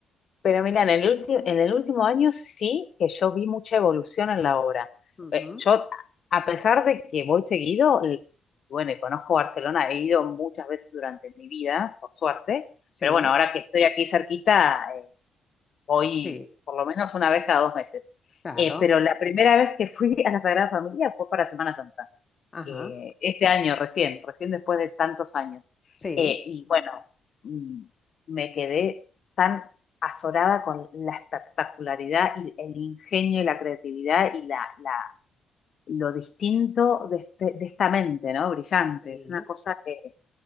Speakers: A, on the left (about 55°); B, on the left (about 35°).
A: Pero mira, en el último, en el último año sí que yo vi mucha evolución en la obra.
B: Ujú,
A: Eh, yo, a pesar de que voy seguido, l- bueno, y conozco Barcelona, he ido muchas veces durante mi vida, por suerte,
B: Sí,
A: pero bueno, ahora que estoy aquí cerquita, eh, voy
B: sí,
A: por lo menos una vez cada dos meses.
B: claro.
A: Eh, pero la primera vez que fui a la Sagrada Familia fue para Semana Santa
B: Ajá,
A: eh, este año recién, recién después de tantos años.
B: sí.
A: Eh, y bueno, mm, me quedé tan azorada con la espectacularidad y el ingenio y la creatividad y la, la- lo distinto de, este- de esta mente, ¿no? Brillante.
B: Sí,
A: Es una cosa que...